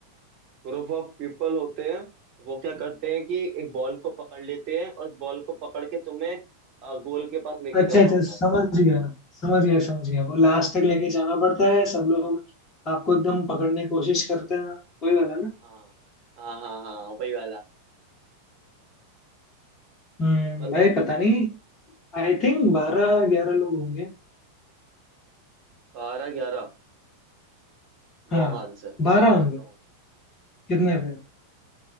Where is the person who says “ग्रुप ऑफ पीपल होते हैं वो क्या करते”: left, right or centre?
Right